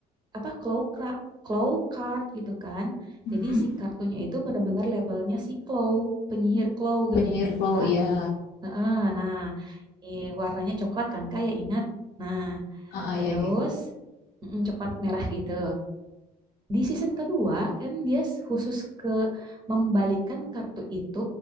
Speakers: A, on the right; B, on the left.
A: apa claw cra- claw card gitu kan.
B: Mm-mm.
A: Jadi si kartunya itu benar-benar labelnya si claw, penyihir claw
B: Penyihir
A: gini,
B: Claw,
A: Kak.
B: iya.
A: Heeh, Nah, eh, warnanya coklat kan Kak ya ingat. Nah,
B: Ah, ah,
A: Terus
B: iya, iya.
A: mm, coklat merah gitu. Di season kedua kan dia khusus ke membalikan kartu itu